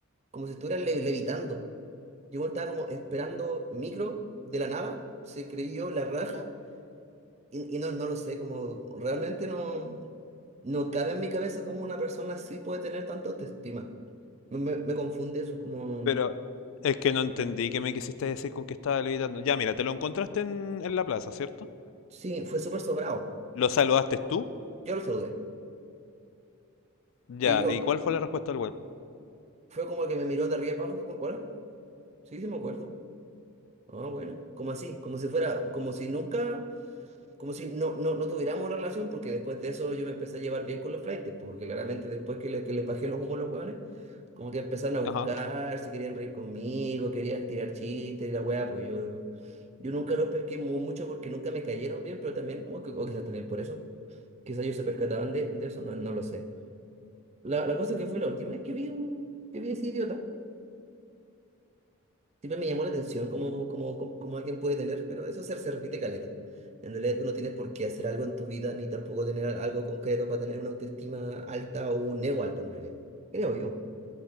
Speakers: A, on the right; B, on the left.
A: como si estuviera le- levitando. Yo bueno, estaba como esperando micro de la nada, se creyó la raja, y, y no, no lo sé, como realmente no, no cabe en mi cabeza cómo una persona así puede tener tanta autoestima. Me, me- me confunde eso, como,
B: Pero es que no entendí qué me quisiste decir con que estaba levitando. Ya, mira, te lo encontraste en, en la plaza, ¿cierto?
A: sí, fue súper sobrado.
B: ¿Lo saludaste tú?
A: Yo lo saludé,
B: Ya,
A: que yo,
B: ¿y cuál fue la respuesta del weón?
A: fue como que me miró de arriba abajo, como, hola, sí, sí me acuerdo. Ah, bueno, como así, como si fuera, como si nunca como si no, no, no tuviéramos una relación, porque después de eso yo me empecé a llevar bien con los flaites, porque claramente después que, le- que les bajé los humos a los hueones, como que empezaron a buscar,
B: Ajá.
A: se querían reír conmigo, querían tirar chistes y la weá, pues yo, yo nunca los pesqué mu- mucho porque nunca me cayeron bien, pero también, o, o quizás también por eso, quizás ellos se percataban de, de eso, no, no lo sé. La, la cosa es que fue la última vez que vi un, que vi a ese idiota. Siempre me llamó la atención cómo, cómo, cómo- cómo alguien puede tener, pero eso se, se repite caleta. En realidad tú no tienes por qué hacer algo en tu vida, ni tampoco tener al- algo concreto para tener una autoestima alta o un ego alto en realidad. Creo yo.